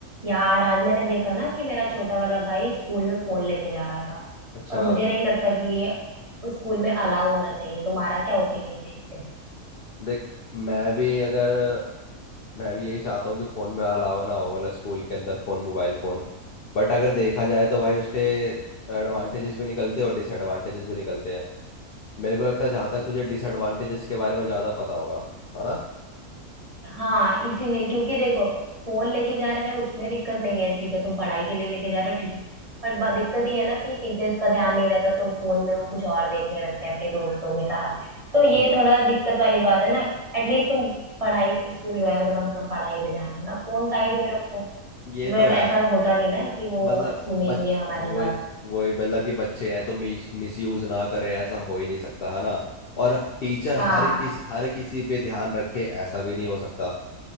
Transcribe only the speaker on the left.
अच्छा
देख मैं भी अगर मैं भी यही चाहता हूँ कि फ़ोन में अलावा ना हो मतलब स्कूल के अंदर फ़ोन मोबाइल फ़ोन बट अगर देखा जाए तो भाई उसके एडवांटेजेस भी निकलते हैं और डिसएडवांटेजेस भी निकलते हैं मेरे को लगता है जहाँ तक तुझे डिसएडवांटेजेस के बारे में ज़्यादा पता होगा है ना
हाँ
हम्म
ये
तो है
मतलब
बच
वो
वो मतलब कि बच्चे हैं तो मिस मिस यूज ना करें ऐसा हो ही नहीं सकता है ना और टीचर
हर किस हर किसी पे ध्यान रखे ऐसा भी नहीं हो सकता